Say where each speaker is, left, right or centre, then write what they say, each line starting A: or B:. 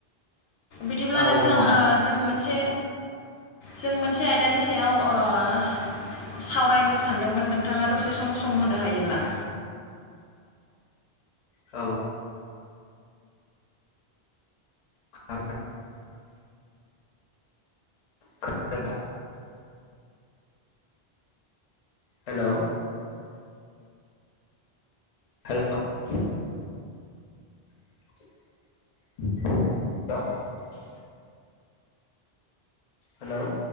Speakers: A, on the left (about 75°); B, on the left (about 50°).
A: बिदिब्ला
B: औ
A: नोंथां
B: दङ
A: ओ जों मोनसे जों मोनसे आयदानि सायाव ओ सावरायनो सानदोंमोन नोंथाङा दसे सम सम होनो हायोब्ला
B: औ <unintelligible> <unintelligible> हेलौ हेलौ <unintelligible> <unintelligible> हेलौ